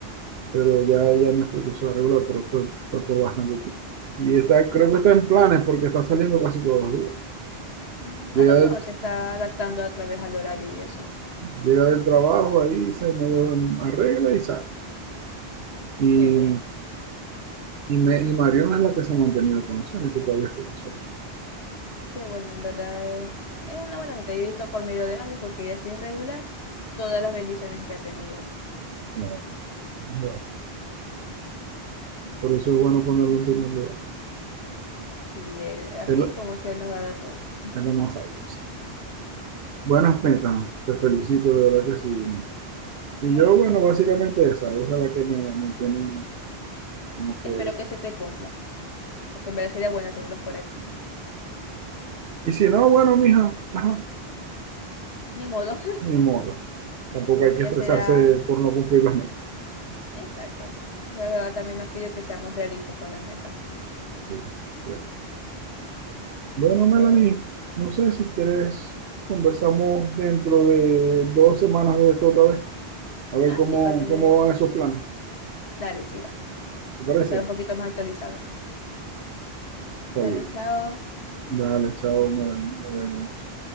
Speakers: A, on the right; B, on the left.
A: Pero ya ella no es precursora regular, pero fue, fue por bastante tiempo. Y está,
B: Ah,
A: creo que está
B: qué
A: en
B: bueno.
A: planes porque está saliendo casi todos los días.
B: Mm,
A: Llega
B: A lo mejor
A: del,
B: se está adaptando a través al horario y eso.
A: llega del trabajo ahí, se medio arregla y sale. Y
B: Qué bueno,
A: Y, me, y Mariona es la que se ha mantenido con los años, que todavía es profesora.
B: qué bueno, en verdad es, es una buena meta. Y He visto por medio de mami, porque ella sí es regular, todas las bendiciones que ha tenido.
A: Ah, sí,
B: Mm.
A: Por eso es bueno ponerlo en primer lugar.
B: Sí, él- así
A: Es lo,
B: es como es que él nos va a dar todo. <laughs>
A: es lo más sabio, sí. Buenas metas, te felicito, de verdad que sí. Y
B: Ya,
A: yo, bueno,
B: ya.
A: básicamente esa, esa es la que me, me tiene como que...
B: Espero que se te cumpla, porque en verdad sería bueno tenerlos por aquí.
A: Y si no, bueno, mija, ajá,
B: Ni modo,
A: ni modo. Tampoco hay que
B: <laughs> ya
A: estresarse
B: será.
A: por no cumplir las metas.
B: Exacto. Pero Jehová también nos pide que seamos realistas con las metas.
A: Sí, cierto. Bueno,
B: Entonces,
A: Melanie, no sé si quieres, conversamos dentro de dos semanas de esto otra vez, a ver
B: ah,
A: cómo,
B: sí, para tener.
A: cómo van esos planes.
B: Dale, sí va.
A: ¿Te parece?
B: Para estar un poquito más actualizados.
A: Está
B: Dale,
A: bien.
B: chao.
A: Dale, chao, Mara, nos vemos.